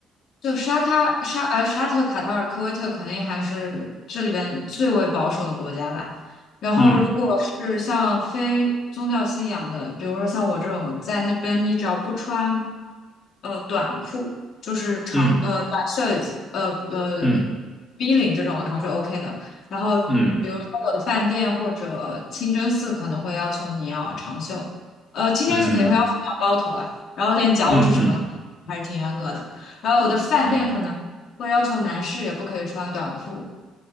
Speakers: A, on the left; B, on the left.
A: 就沙他沙呃沙特、卡塔尔、科威特肯定还是这里边最为保守的国家吧。然后，
B: 嗯
A: 如果是像非宗教信仰的，比如说像我这种在那边，你只要不穿呃短裤，就是长呃短袖呃呃
B: 嗯嗯
A: V 领这种的话是 OK 的。然后，
B: 嗯。
A: 比如说我的饭店或者清真寺可能会要求你要长袖，呃，清真寺肯定会要求你要包头啊，
B: 嗯
A: 然后连脚趾什么的还是挺严格的。
B: 嗯嗯，
A: 然后有的饭店可能会要求男士也不可以穿短裤，
B: 哦